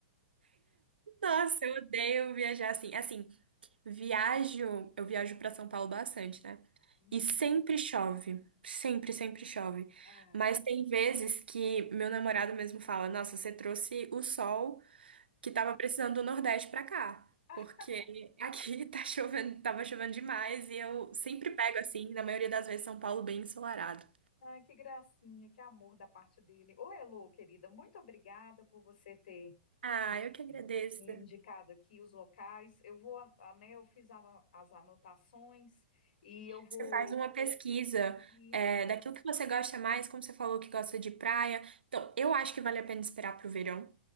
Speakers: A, on the right; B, on the left.
A: Nossa, eu odeio viajar assim. Assim, viajo, eu viajo pra São Paulo bastante, né?
B: Uhum.
A: E sempre chove, sempre, sempre chove.
B: É.
A: Mas tem vezes que meu namorado mesmo fala: Nossa, você trouxe o sol que tava precisando do Nordeste pra cá,
B: <laughs>
A: porque aqui <laughs> tá chovendo, tava chovendo demais e eu sempre pego assim, na maioria das vezes, São Paulo bem ensolarado.
B: Ah, que gracinha, que amor da parte dele. Ô, Elô, querida, muito obrigada por você ter
A: Ah,
B: me,
A: eu que agradeço.
B: me indicado aqui os locais. Eu vou, a- né, eu fiz a- as anotações e eu vou.
A: Você faz uma pesquisa
B: Isso.
A: é, daquilo que você gosta mais, como você falou que gosta de praia. Então, eu acho que vale a pena esperar pro verão,